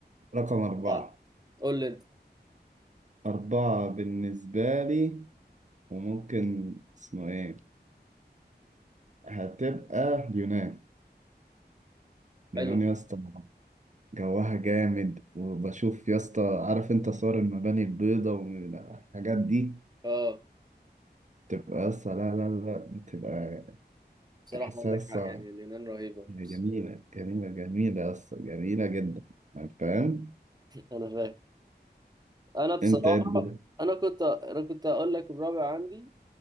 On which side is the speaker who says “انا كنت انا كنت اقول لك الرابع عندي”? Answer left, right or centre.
Right